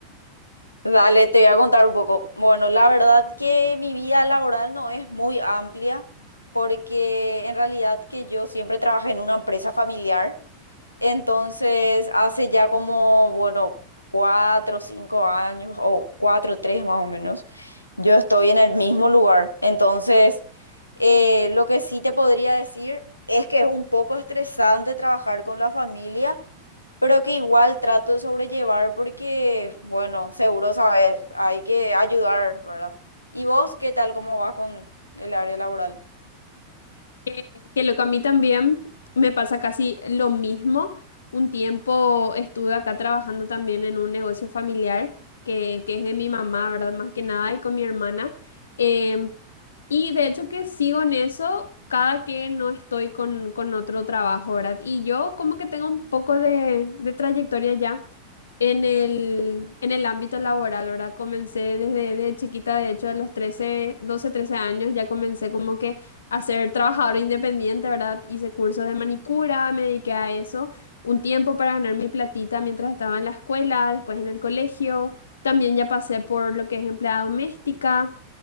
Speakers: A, on the left; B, on the left.
A: <laughs> dale, te voy a contar un poco. Bueno, la verdad que mi vida laboral no es muy amplia porque en realidad que yo siempre trabajé en una empresa familiar. Entonces, hace ya como, bueno, cuatro, cinco años o cuatro, tres más o menos, yo estoy en el mismo lugar. Entonces, eh, lo que sí te podría decir es que es un poco estresante trabajar con la familia pero que igual trato de sobrellevar porque, bueno, seguro sabes, hay que ayudar, ¿verdad? ¿Y vos qué tal, cómo vas con el área laboral?
B: Que, que lo que a mí también me pasa casi lo mismo. Un tiempo estuve acá trabajando también en un negocio familiar que, que es de mi mamá, ¿verdad? Más que nada, y con mi hermana. Em, y de hecho que sigo en eso cada que no estoy con, con otro trabajo, ¿verdad? Y yo como que tengo un poco de, de trayectoria ya en el, en el ámbito laboral, ¿verdad? Comencé desde, desde chiquita, de hecho, a los 13 12 13 años, ya comencé como que a ser trabajadora independiente, ¿verdad? Hice cursos de manicura, me dediqué a eso un tiempo para ganar mi platita mientras estaba en la escuela, después en el colegio. También ya pasé por lo que es empleada doméstica,